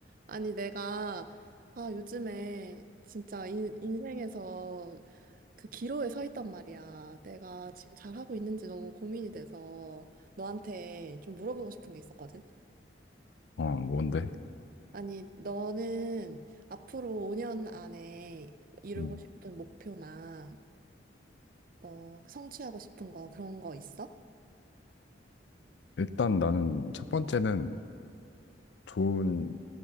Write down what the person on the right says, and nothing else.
아니, 내가, 아, 요즘에 진짜 인, 인생에서 그 기로에 서 있단 말이야. 내가 지금 잘하고 있는지 너무 고민이 돼서 너한테 좀 물어보고 싶은 게 있었거든.
아니, 너는 앞으로 5년 안에 이루고
싶은 목표나 뭐 성취하고 싶은 거 그런 거 있어?